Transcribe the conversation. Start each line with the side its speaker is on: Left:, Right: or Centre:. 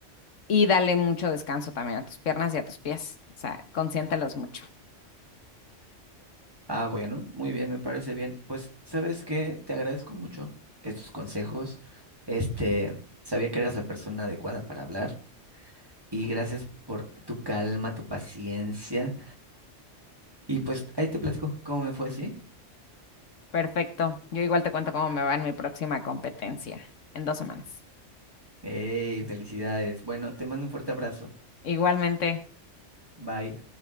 Left: y dale mucho descanso también a tus piernas y a tus pies, o sea, consiéntelos mucho.
Right: Ah, bueno, muy bien, me parece bien. Pues, ¿sabes qué? Te agradezco mucho estos consejos. Este, sabía que eras la persona adecuada para hablar y gracias por tu calma, tu paciencia y pues ahí te platico cómo me fue, ¿sí?
Left: Perfecto, yo igual te cuento cómo me va en mi próxima competencia en dos semanas.
Right: ¡Ey, felicidades! Bueno, te mando un fuerte abrazo.
Left: Igualmente.
Right: Bye.